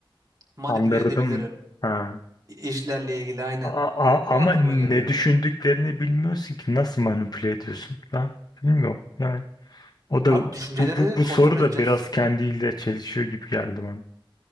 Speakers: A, on the right; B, on the left.
A: manipüle
B: Andırdım.
A: edebilirim.
B: Ha.
A: İşlerle ilgili aynen.
B: A- a-
A: O
B: ama
A: aklıma
B: ne
A: geliyor.
B: düşündüklerini bilmiyorsun ki nasıl manipüle ediyorsun? Ben bilmiyorum. Yani o da
A: Abi
B: bu,
A: düşünceleri
B: bu, bu
A: kontrol
B: soru
A: edeceğiz.
B: da biraz kendiyle çelişiyor gibi geldi bana.